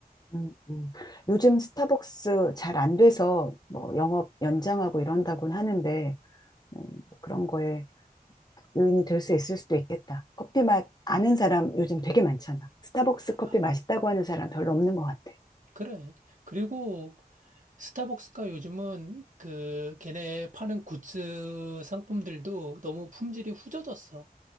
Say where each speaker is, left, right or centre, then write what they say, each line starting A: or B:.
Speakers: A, on the left; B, on the right.
A: 음, 음. 요즘 스타벅스 잘 안 돼서 뭐 영업 연장하고 이런다곤 하는데 음, 그런 거에 요인이 될 수 있을 수도 있겠다. 커피 맛 아는 사람 요즘 되게 많잖아. 스타벅스 커피
B: 아,
A: 맛있다고 하는 사람 별로 없는 것 같아.
B: 그래. 그리고 스타벅스가 요즘은 그 걔네 파는 굿즈 상품들도 너무 품질이 후져졌어.